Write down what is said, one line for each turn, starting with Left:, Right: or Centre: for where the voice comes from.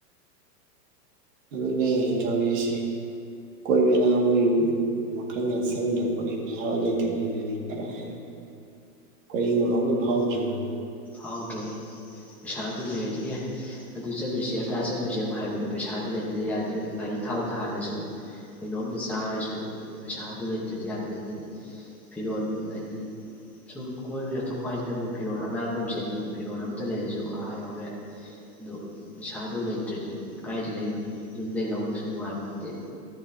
Right: ꯑꯗꯨꯅꯦ ꯇꯧꯔꯤꯁꯦ ꯀꯣꯏꯕ ꯂꯥꯡꯕꯒꯤ ꯋꯥꯈꯜꯅ ꯆꯪꯗ꯭ꯔꯕ ꯄꯣꯠꯂꯤ ꯃꯌꯥꯝ ꯑꯃ ꯂꯩꯇꯕꯕꯁꯤꯅꯗꯤ ꯀꯔ ꯍꯥꯏꯔ ꯑꯩꯣꯏꯏꯪꯕ ꯑꯃꯇ ꯐꯥꯎꯗ꯭ꯔꯤꯉꯗꯤ
Centre: ꯐꯥꯎꯗ꯭ꯔꯅꯤ ꯄꯩꯁꯥꯗꯨ ꯂꯩꯔꯤꯌꯦ ꯑꯗꯨ ꯆꯠꯂꯨꯁꯤ ꯑꯗꯥ ꯆꯠꯂꯨꯁꯤ ꯍꯥꯏꯕꯗ ꯄꯩꯁꯥꯗꯨ ꯂꯩꯇ ꯌꯥꯗ꯭ꯔꯦ ꯒꯥꯔꯤ ꯊꯥꯎꯗ ꯍꯥꯜꯂꯁꯨ ꯀꯩꯅꯣꯝꯇ ꯆꯥꯔꯁꯨ ꯄꯩꯁꯥꯗꯨ ꯂꯩꯇꯗꯤ ꯌꯥꯗ꯭ꯔꯦ ꯑꯗꯩꯗꯤ ꯐꯤꯔꯣꯜ ꯍꯥꯏꯗꯤ ꯁꯨꯝ ꯀꯣꯏꯕ ꯆꯠꯊꯣꯛꯄ ꯍꯥꯏꯁꯤꯅꯕꯨ ꯐꯤꯔꯣꯜ ꯑꯅꯥꯟꯕ ꯁꯦꯠꯅꯤ ꯐꯤꯔꯣꯜ ꯑꯝꯇ ꯂꯩꯔꯁꯨ ꯑꯥ ꯌꯧꯋꯦ ꯑꯗꯨ ꯄꯩꯁꯥꯗꯨ ꯂꯩꯇ꯭ꯔꯗꯤ ꯀꯥꯏꯗ ꯂꯩꯔꯨꯅꯤ ꯌꯨꯝꯗꯒꯤꯩ ꯂꯧꯕꯁꯨ ꯅꯨꯡꯉꯥꯏꯕ ꯅꯠꯇꯦ